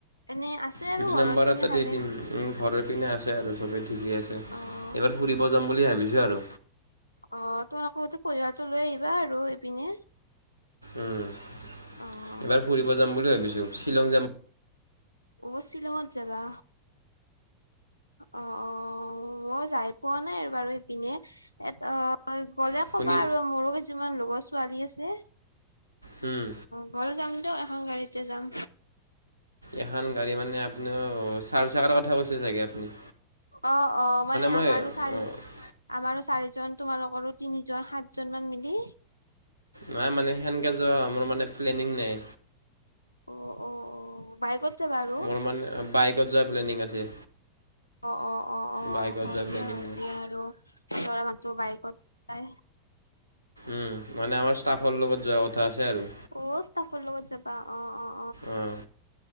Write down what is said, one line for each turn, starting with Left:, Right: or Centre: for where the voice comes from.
Left: এনে আছে
Right: সেটো
Left: আৰু ঘৰৰ
Right: নাম্বাৰ
Left: পিনে
Right: এটা
Left: ভালে।
Right: দি দিম উম, ঘৰ পিনে আছে আৰু চবেই। ঠিকে আছে,
Left: অ',
Right: এইবাৰ ফুৰিব যাম বুলি ভাবিছোঁ আৰু।
Left: অ', তোমালোকৰ গোটে পৰিয়ালটো লৈ আহিবা আৰু এইপিনে।
Right: উম এইবাৰ
Left: অ',
Right: ফুৰিব যাম বুলি ভাবিছো শ্বিলং যাম
Left: অ'ব শ্বিলঙত যাবা। অ', অ', মই যায় পোৱা নাই আৰু বাৰু ইপিনে এট' গ'ল গ'লে
Right: আপুনি
Left: ক'বা আৰু মোৰো কিছুমান লগৰ ছোৱালী আছে।
Right: উম।
Left: ঘৰ যাম দিয়ক এখন গাড়ীতে যাম।
Right: এখন গাড়ী মানে আপুনি চাৰ চাৰকৰা কথা কৈছে চাগে আপুনি।
Left: অ', অ', মানে
Right: মই
Left: আমাৰো চাৰি,
Right: উম,
Left: আমাৰো চাৰিজন তোমালোকৰো তিনিজন, সাত জনমান মিলি।
Right: নাই মানে সেনকে যোৱা মোৰ মানে প্লেনিং নাই।
Left: অ', অ', অ', বাইকত যাবা আৰু
Right: মোৰ মানে বাইকত যোৱাৰ প্লেনিং আছে।
Left: অ', অ', অ', অ'।
Right: বাইকত
Left: অ', হয়
Right: যোৱা
Left: দিয়া
Right: প্লেনিং
Left: হয়
Right: মোৰ
Left: দিয়া আৰু ল'ৰা মানুহটো বাইকত যায়।
Right: উম মানে
Left: অ
Right: আমাৰ ষ্টাফৰ লগত যোৱা কথা আছে আৰু
Left: অ ষ্টাফৰ লগত যাবা অ' অ'অ'।
Right: অ'।